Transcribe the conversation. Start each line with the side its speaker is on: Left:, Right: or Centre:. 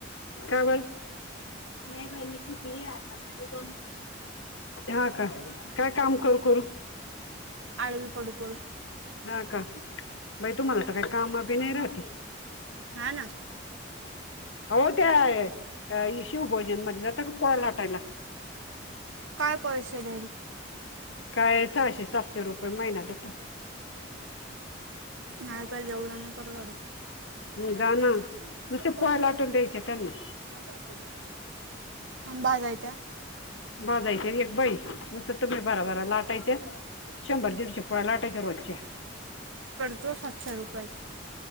Left: का बरं? नाही बाई मी थकली आहे आता <unintelligible> हा का. काय काम करू करू <inaudible>
Right: आळवी पडू पडू
Left: हां का. बाई तुम्हाला आता काही काम बी नाही राहतील.
Right: हा ना
Left: हो त्या शिवभोजन मध्ये जात का पोळा्या लाटायला.
Right: काय पैसे देल.
Left: काय सहाशे-सातशे रुपये महिना्याला.
Right: नाही
Left: मला
Right: बाई
Left: पण
Right: ऐवढं
Left: जाऊन
Right: नाही परवडत. तिच्या
Left: जा ना नुसते
Right: पोराला
Left: पोळ्या लाटून
Right: टाकून द्यायचे त्यांनी
Left: त्यांना
Right: सकाळ संध्याकाळ. बाजाराच्या.
Left: बाजायचे एक बाई दुसर तुम्ही भरा-भरा लाटायचे. शंभर-दीडशे लाटायच रोजचे.
Right: तो सातशे रुपय.